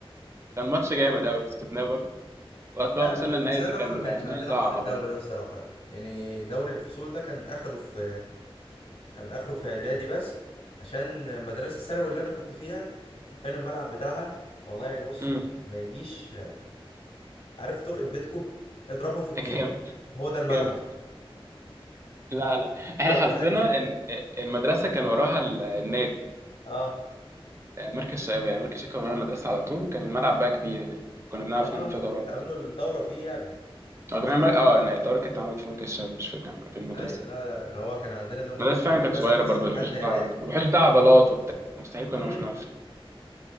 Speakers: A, on the right; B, on the left.
A: كان ماتش جامد قوي كسبناه برضه وقت بقى
B: لا
A: وصلنا
B: في في
A: النهائي
B: ثانوي
A: ده كان
B: ما كانش عندنا
A: نهائي صعب
B: حوار الدوري ده الصراحه لا يعني دوري الفصول ده كان اخره في كان اخره في اعدادي بس عشان مدرسه الثانوي اللي انا كنت فيها حرفيا الملعب بتاعها والله يعني بص
A: امم
B: ما, ما يجيش عارف طرقه بيتكو اضربها في اتنين
A: جامد
B: هو ده الملعب
A: جامد لا لا احنا
B: <laughs> متخيل
A: حظنا ان المدرسه كان وراها ال- النادي
B: اه
A: مركز الشباب يعني مركز الشباب كان ورا المدرسه على طول وكان الملعب بقى كبير يعني كنا بنعرف
B: اه
A: نعمل
B: ما
A: فيها
B: انتوا
A: دورات
B: كنتوا بتعملوا الدوره فيه يعني
A: اه كنا بنعمل- آه، يعني الدوره كانت اتعملت في مركز الشباب مش في الجامعه في المدرسه
B: ايوه لا لا إن هو كان عندنا زي ما بقول
A: مدرسة
B: لك في المدرسه
A: فعلا كانت صغيرة
B: بس
A: برضو
B: لحد
A: الحوش بتاع
B: اعدادي
A: والحوش بتاع عضلات وبتاع مستحيل كنا
B: امم
A: نعرف نلعب فيه